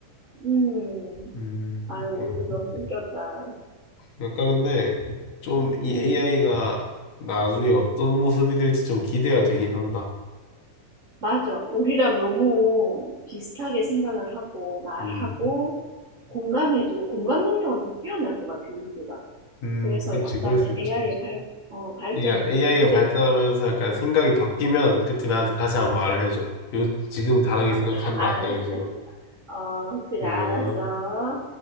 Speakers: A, on the right; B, on the left.
A: 음.
B: 음.
A: 아유, 오늘
B: 음.
A: 너무 웃겼다.
B: 그러니까 근데 좀 이
A: 음,
B: AI가 나중에 어떤 모습이 될지 좀 기대가 되긴 한다.
A: 맞아. 우리랑 너무 비슷하게 생각을 하고 말하고
B: 음,
A: 공감해주고 공감 능력은 더 뛰어날 것 같아 우리보다.
B: 음,
A: 그래서
B: 그렇지,
A: 약간은
B: 그럴 수 있지.
A: AI의 발, 어, 발전이
B: AI가
A: 조금 기대가
B: 발전하면서
A: 돼.
B: 약간 생각이 바뀌면 그때 나한테 다시
A: 그렇지.
B: 한번 말을 해줘. 요, 지금 다르게
A: 어, <laughs>
B: 생각한다.
A: 알았어.
B: 이런 식으로.
A: 어, 그래
B: 음.
A: 알았어.